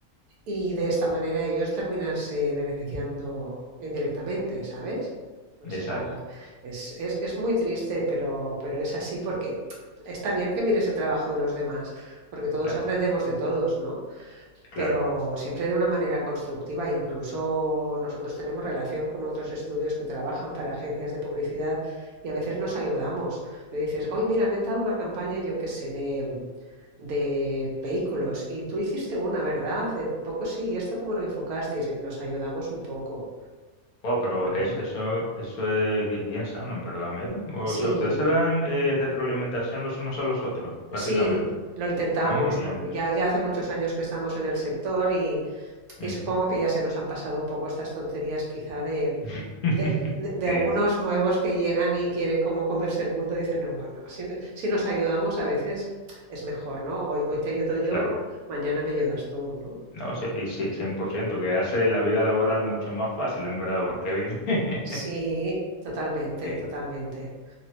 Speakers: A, on the right; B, on the left.
A: y de esta manera ellos terminarse beneficiando indirectamente, ¿sabes? O sea,
B: Exacto,
A: es, es- es muy triste, pero, pero es así porque está bien que mires el trabajo de los demás, porque todos
B: claro,
A: aprendemos de todos, ¿no?
B: claro.
A: pero siempre de una manera constructiva. Incluso nosotros tenemos relación con otros estudios que trabajan para agencias de publicidad y a veces nos ayudamos. Me dices, hoy mira, me han dado una campaña, yo qué sé, de, de vehículos y tú hiciste una, ¿verdad? Hace poco sí, ¿y esto cómo lo enfocasteis? Y nos ayudamos un poco
B: Wow, pero
A: también.
B: eso, eso, eso es bien, bien sano, en verdad, mira. O
A: Sí,
B: sea, ustedes se dan eh, retroalimentación los unos a los otros, básicamente.
A: sí, lo intentamos.
B: Está muy bien
A: porque
B: eso.
A: Ya, ya hace muchos años que estamos en el sector y
B: Ujú.
A: Y supongo que ya se nos han pasado un poco estas tonterías quizá de,
B: <laughs>
A: de, de- de
B: Sí,
A: algunos nuevos que llegan y quieren como comerse el mundo y dicen, no, bueno, si, si nos ayudamos a veces es mejor, ¿no? Hoy, hoy te ayudo yo,
B: claro.
A: mañana me ayudas tú, ¿no?
B: No, sí, y sí, 100% que hace la vida laboral mucho más fácil, en verdad, porque dime. <laughs>
A: Sí, totalmente,
B: Sí,
A: totalmente.